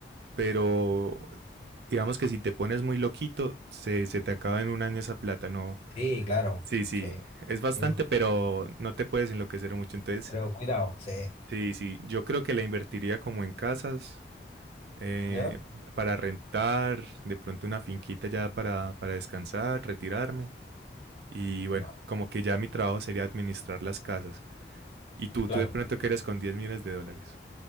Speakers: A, on the right; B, on the left.
A: pero digamos que si te pones muy loquito, se, se te acaba en un año esa plata, no.
B: Sí, claro,
A: Sí, sí,
B: sí,
A: es bastante,
B: 100%.
A: pero no te puedes enloquecer mucho. Entonces,
B: Pero cuidado, sí.
A: sí, sí, yo creo que la invertiría como en casas, eh,
B: ¿No?
A: para rentar, de pronto una finquita ya para, para descansar, retirarme. Y bueno,
B: Ma-
A: como que ya mi trabajo sería administrar las casas. Y tú,
B: Claro.
A: tú de pronto qué eres con 10 millones de dólares.